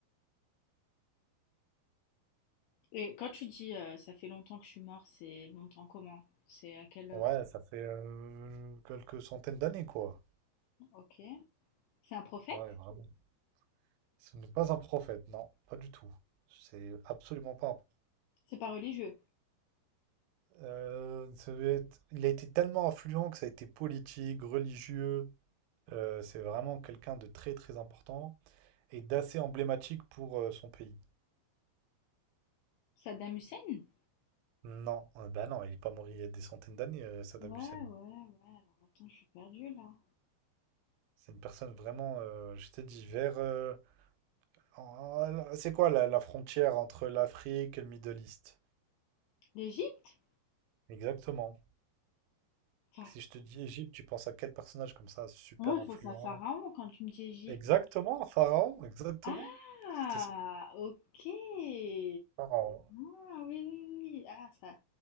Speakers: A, on the left (about 85°); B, on the right (about 85°).
A: Et quand tu dis euh, ça fait longtemps que je suis mort, c'est longtemps comment? C'est à quel...
B: Ouais, ça fait, heu, quelques centaines d'années, quoi.
A: Ok. C'est un prophète?
B: Ah Ouais, vraiment. Ce n'est pas un prophète, non, pas du tout. C'est absolument pas un
A: C'est pas religieux.
B: heu, ça devait être il a été tellement influent que ça a été politique, religieux, heu, c'est vraiment quelqu'un de très, très important et d'assez emblématique pour, heu, son pays.
A: Saddam Hussein?
B: Non, euh, bah non, il est pas mort il y a des centaines d'années, euh, Saddam
A: Ouais,
B: Hussein.
A: ouais, ouais. Alors attends, je suis perdue là.
B: C'est une personne vraiment, euh, je t'ai dit, vers... euh, en- en- c'est quoi la, la frontière entre l'Afrique et le Middle East?
A: L'Égypte?
B: Exactement.
A: Enfin,
B: Si je te dis Égypte, tu penses à quel personnage comme ça, super
A: moi
B: influent?
A: je pense à Pharaon quand tu me dis Égypte.
B: Exactement, Pharaon, exactement.
A: Ah,
B: C'était ça,
A: ok. Ah,
B: Pharaon.
A: oui, oui, oui. Ah, ça,